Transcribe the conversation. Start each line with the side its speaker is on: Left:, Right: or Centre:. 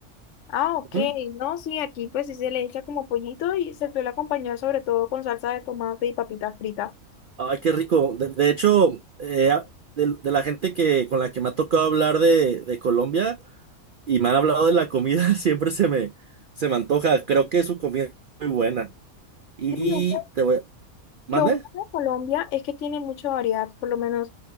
Left: Ah, ok.
Right: Ujú.
Left: No, sí, aquí pues sí se le echa como pollito y se suele acompañar sobre todo con salsa de tomate y papitas fritas.
Right: Ay, qué rico. De, de hecho, eh, a- de, de la gente que con la que me ha tocado hablar de, de Colombia y me han hablado de la comida, <laughs> siempre se me, se me antoja. Creo que su comida es muy buena. Y
Left: Sí, o sea,
Right: te voy, ¿Mande?
Left: lo bueno de Colombia es que tiene mucha variedad, por lo menos